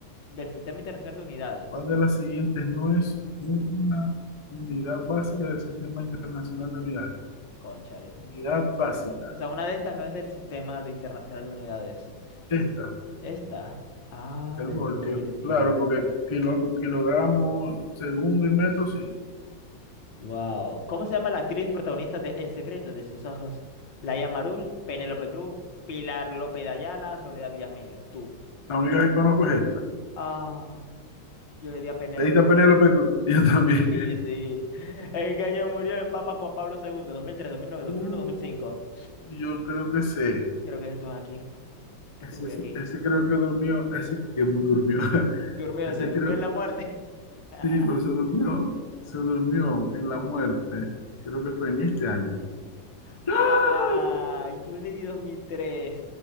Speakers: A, on the left; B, on the left.
A: Del Sistema Internacional de Unidades.
B: ¿Cuál de las siguientes no es un- una unidad básica del Sistema Internacional de Unidades?
A: Cónchale.
B: Unidad básica.
A: O sea, una de estas no es del Sistema de Internacional de Unidades.
B: Esta,
A: Esta. Ah,
B: el
A: el
B: voltio.
A: voltio.
B: Claro, porque kilo, kilogramo, segundo y metro, sí.
A: Wow. ¿Cómo se llama la actriz protagonista de El secreto de sus ojos? Laia Marul, Penélope Cruz, Pilar López de Ayala, Soledad Villamil. Tú.
B: La única que conozco es esta.
A: Ah, yo le di a Penélope
B: Le diste a Penélope
A: Cruz.
B: Cruz. Yo también.
A: Sí,
B: <laughs>
A: sí. ¿En qué año murió el Papa Juan Pablo II? 2003, 2009, 2001,
B: Uh,
A: 2005.
B: yo creo que sé.
A: Creo que esto es aquí. Este
B: Ese,
A: murió aquí.
B: ese creo que durmió. Ese que durmió. <laughs>
A: Durmió,
B: Ese
A: se durmió
B: creo.
A: en la muerte. <laughs>
B: Sí, pero se durmió. Se durmió en la muerte. Creo que fue en este año.
A: Ah,
B: ¡Ah!
A: yo le di 2003.